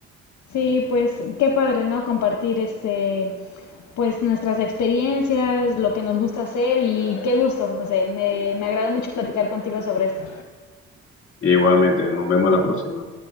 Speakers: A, on the left; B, on the left.
A: Sí, pues qué padre, ¿no? Compartir este, pues nuestras experiencias, lo que nos gusta hacer y qué gusto, José. Me, me agradó mucho platicar contigo sobre esto.
B: Y igualmente, nos vemos la próxima.